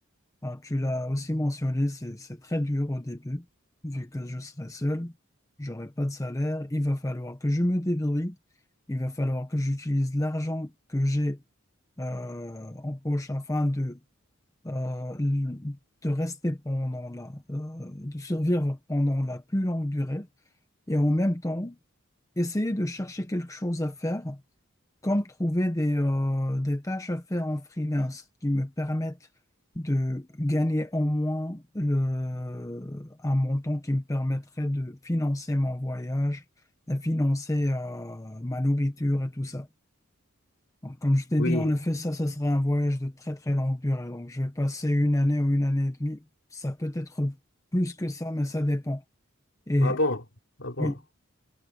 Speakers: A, on the left; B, on the left.
A: hein, tu l'as aussi mentionné, c'est, c'est très dur au début, vu que je serai seul, j'aurai pas de salaire, il va falloir que je me débrouille, il va falloir que j'utilise l'argent que j'ai euh, en poche afin de euh, de rester pendant la, euh, de survivre pendant la plus longue durée et en même temps essayer de chercher quelque chose à faire, comme trouver des, euh, des tâches à faire en freelance qui me permettent de gagner au moins le, un montant qui me permettrait de financer mon voyage, de financer, euh, ma nourriture et tout ça. Donc, comme je t'ai
B: Oui.
A: dit, en effet, ça, ça serait un voyage de très très longue durée. Donc, je vais passer une année ou une année et demie. Ça peut être plus que ça, mais ça dépend. Et
B: Ah bon? Ah bon?
A: oui,